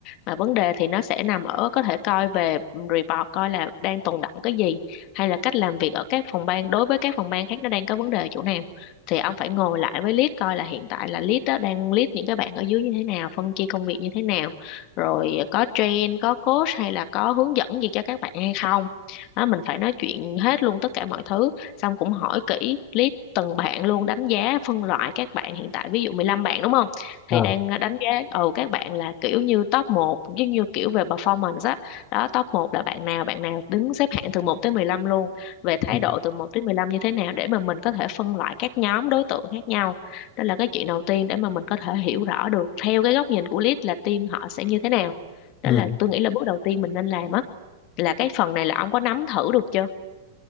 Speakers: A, on the left (about 50°); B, on the left (about 30°).
A: mà vấn đề thì nó sẽ nằm ở có thể coi về report coi là đang tồn đọng cái gì hay là cách làm việc ở các phòng ban đối với các phòng ban khác nó đang có vấn đề ở chỗ nào thì ông phải ngồi lại với lead coi là hiện tại là lead đó đang lead những cái bạn ở dưới như thế nào phân chia công việc như thế nào rồi có train có coach hay là có hướng dẫn gì cho các bạn hay không đó mình phải nói chuyện hết luôn tất cả mọi thứ xong cũng hỏi kỹ list từng bạn luôn đánh giá phân loại các bạn hiện tại ví dụ 15 bạn đúng không
B: Ờ.
A: thì đang ờ, đánh giá ừ các bạn là kiểu như top một giống như kiểu về performance á đó. top một là bạn nào bạn nào đứng xếp hạng từ một tới 15 luôn về thái
B: Ừ.
A: độ từ một tới 15 như thế nào để mà mình có thể phân loại các nhóm đối tượng khác nhau đó là cái chuyện đầu tiên để mà mình có thể hiểu rõ được theo cái góc nhìn của lead là team họ sẽ như thế nào đó
B: Ừ.
A: là tôi nghĩ là bước đầu tiên mình nên làm á là cái phần này là ông có nắm thử được chưa